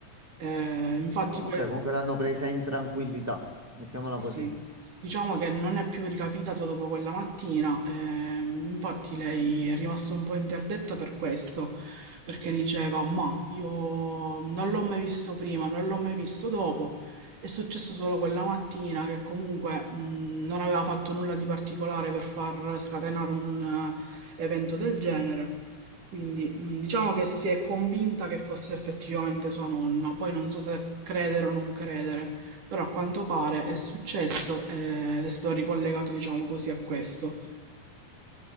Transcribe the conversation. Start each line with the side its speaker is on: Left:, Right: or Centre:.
Right: Eh, infatti,
Centre: Ah,
Right: per-
Centre: Ok, comunque l'hanno presa in tranquillità, mettiamola
Right: sì,
Centre: così.
Right: sì. Diciamo che non è più ricapitato dopo quella mattina, ehm, infatti lei è rimasta un po' interdetta per questo, perché diceva, ma io non l'ho mai visto prima, non l'ho mai visto dopo, è successo solo quella mattina che comunque mh, non aveva fatto nulla di particolare per far scatenare un eh, evento del genere, quindi mh, diciamo che si è convinta che fosse effettivamente sua nonna, poi non so se credere o non credere. Però a quanto pare è successo eh, ed è stato ricollegato, diciamo così, a questo.